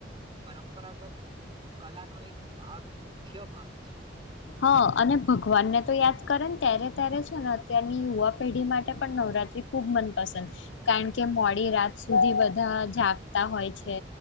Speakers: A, on the right; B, on the left.
A: પરંપરા પરંપરાગત કલાનોો એક ભાગ મુખ્ય ભાગ છે.
B: હા અને ભગવાનને તો યાદ કરે ને ત્યારે ત્યારે છે ને અત્યારની યુવા પેઢી માટે પણ નવરાત બ મપસંદ કારણ કે મોડી રાત સુધી બધા જાગતા હોય છે.